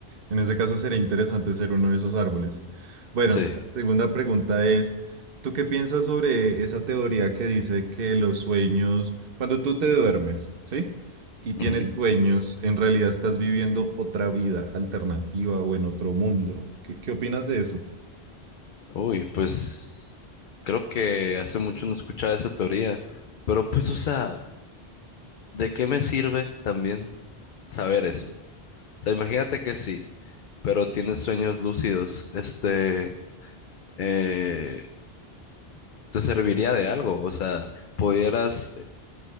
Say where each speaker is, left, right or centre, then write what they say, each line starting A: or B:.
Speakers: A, on the right; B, on the left.
A: En ese caso sería interesante ser uno de esos árboles. Bueno,
B: Sí.
A: la segunda pregunta es, ¿tú qué piensas sobre esa teoría que dice que los sueños, cuando tú te duermes, ¿sí? Y tienes
B: ujú.
A: Sí. sueños, en realidad estás viviendo otra vida alternativa o en otro mundo. ¿Qué, qué opinas de eso?
B: Uy, pues creo que hace mucho no escuchaba esa teoría, pero pues, o sea, ¿de qué me sirve también saber eso? O sea, imagínate que sí, pero tienes sueños lúcidos, este... eh, ¿Te serviría de algo? O sea, ¿pudieras eh,